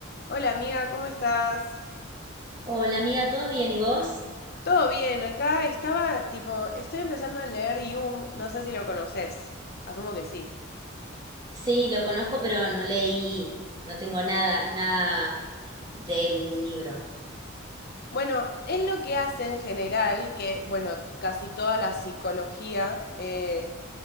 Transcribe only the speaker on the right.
Hola amiga, ¿todo bien? ¿Y vos?
Sí, lo conozco, pero no leí, no tengo nada, nada de él, ningún libro.